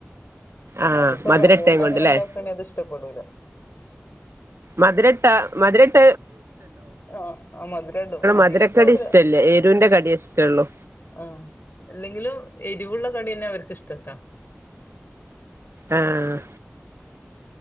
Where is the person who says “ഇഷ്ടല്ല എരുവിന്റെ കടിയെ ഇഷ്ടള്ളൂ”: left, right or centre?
Right